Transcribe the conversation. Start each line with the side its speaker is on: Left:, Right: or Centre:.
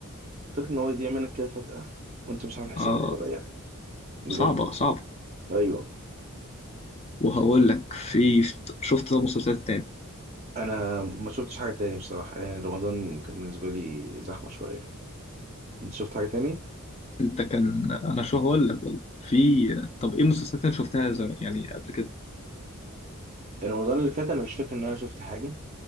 Right: فكرة ان هو يضيع منك كده فجأة وانت مش عامل حسابك
Left: اه
Right: ولا اي حاجة بجد
Left: صعبة صعبة
Right: ايوه
Left: وهقول لك في شفت ده مسلسلات تاني
Right: انا ما شفتش حاجه تاني بصراحه يعني رمضان كان بالنسبه لي زحمه شويه انت شفت حاجه تاني
Left: انت كان انا شو هقول لك ولا في طب ايه مسلسلات انت شفتها زم... يعني قبل كده
Right: رمضان اللي فات انا مش فاكر ان انا شفت حاجه